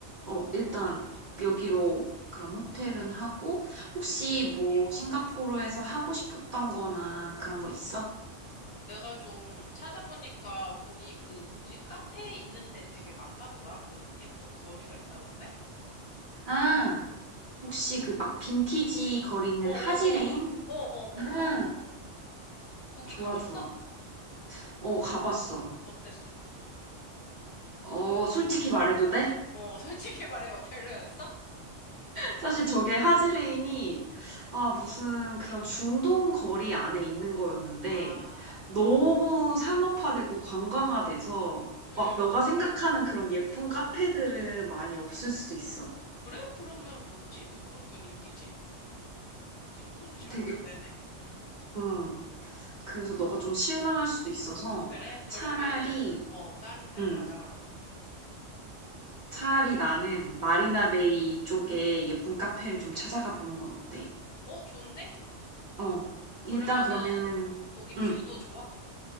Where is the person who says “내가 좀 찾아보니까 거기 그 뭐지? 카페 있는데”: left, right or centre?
Left